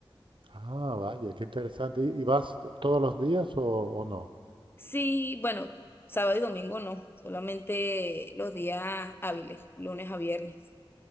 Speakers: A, on the right (about 65°); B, on the left (about 25°).
A: Ah, vaya, qué interesante. ¿Y, y vas todos los días o, o no?
B: Sí, bueno, sábado y domingo no, solamente los días hábiles, lunes a viernes.